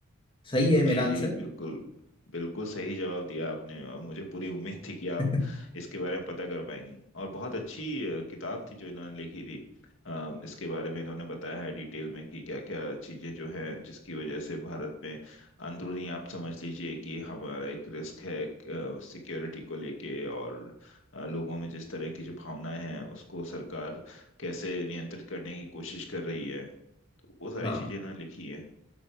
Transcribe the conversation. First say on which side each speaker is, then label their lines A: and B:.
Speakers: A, on the left (about 25°); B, on the left (about 65°).
A: सही है
B: जी
A: मेरा आंसर
B: जी बिल्कुल बिल्कुल सही जवाब दिया आपने और मुझे पूरी उम्मीद थी कि आप
A: <laughs>
B: इसके बारे में पता कर पाएंगे और बहुत अच्छी अ, किताब थी जो इन्होंने लिखी थी अ, इसके बारे में इन्होंने बताया है डिटेल में कि क्या क्या चीजें जो है जिसकी वजह से भारत में अंदरूनी आप समझ लीजिए कि हमारा एक रिस्क है सिक्योरिटी को लेके और अ, लोगों में जिस तरह की जो भावनाएं हैं उसको सरकार कैसे नियंत्रित करने की कोशिश कर रही है तो वो सारी
A: हाँ
B: चीजें इन्होंने लिखी है